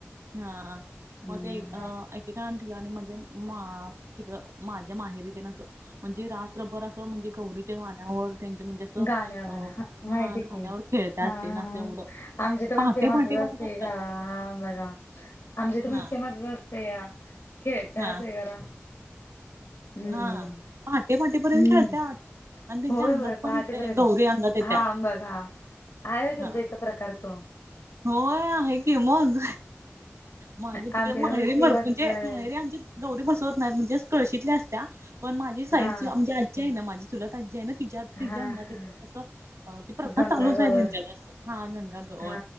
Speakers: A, on the right; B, on the left.
A: हा.
B: हम्म
A: मध्ये एक <unintelligible> म्हणजे मा तिकडं माझ्या माहेरीत ना असं. म्हणजे ना वर असं म्हणजे गौरीच्या गाण्यावर म्हणजे असं
B: गाण्यावर,
A: अ
B: माहिती
A: हा
B: की.
A: गाण्यावर खेळतात
B: हा हा
A: तेन असं एवढं
B: आमच्या इथं
A: पहाटे
B: पण देवाचं
A: पहाटे पण करतात
B: <unintelligible> हा बघा, आमच्या इथे
A: हा
B: पण सेमस असते या खेळत्यात
A: हा
B: वगैरा हम्म
A: हा. पहाटे पहाटेपर्यंत
B: हम्म
A: राहतात. आणि त्यांच्या
B: होय
A: अंगात
B: होय
A: पण
B: पहाटेपर्यंत
A: येतंय, गौरी अंगात येत्या.
B: हा बघा आहे तुमच्या
A: हा
B: इथे प्रकार तो?
A: होय आहे की मग. माझे
B: आमच्याकडे
A: तिकडे माहेरी
B: पण सेम
A: म्हणजे
B: असच आहे
A: माहेरी आमची गौरी बसवत नाहीत. म्हणजे कळशीतल्या असत्या, पण माझी साईडची
B: हा
A: म्हणजे आजी आहे ना माझी चुलत आजी आहे ना, तिच्या तिच्या
B: हा
A: अंगात
B: हा
A: येतात तसं ती प्रथा
B: गंगागवर
A: चालूच आहे त्यांच्या घरचं, हा गंगा गर
B: हा